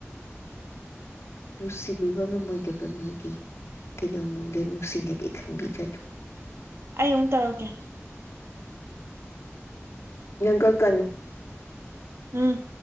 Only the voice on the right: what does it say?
ꯑꯩ ꯑꯃꯨꯛ ꯇꯧꯔꯛꯀꯦ꯫
ꯎꯝ